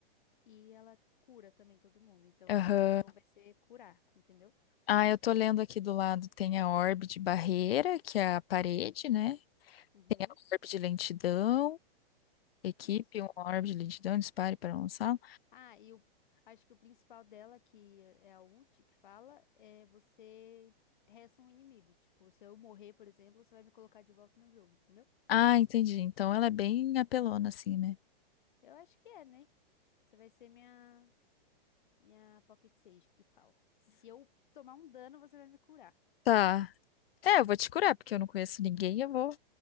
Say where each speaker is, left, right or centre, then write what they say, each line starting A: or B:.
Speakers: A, on the left; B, on the left.
A: E ela cura também todo mundo. Então,
B: Aham.
A: a sua função vai ser curar, entendeu?
B: Ah, eu tô lendo aqui do lado, tem a orbe de barreira, que é a parede, né?
A: Uhum.
B: Tem a orbe de lentidão, equipe,
A: Isso.
B: uma orbe de lentidão, dispare para lançar.
A: Ah, e o, acho que o principal dela, que é a ult, que fala, é você resta um inimigo. Tipo, se eu morrer, por exemplo, você vai me colocar de volta no jogo, entendeu?
B: Ah, entendi. Então ela é bem apelona, assim, né?
A: Eu acho que é, né? Você vai ser minha, minha Pocket Sage, que fala. Se eu tomar um dano, você vai me curar.
B: Tá. É, eu vou te curar, porque eu não conheço ninguém, eu vou.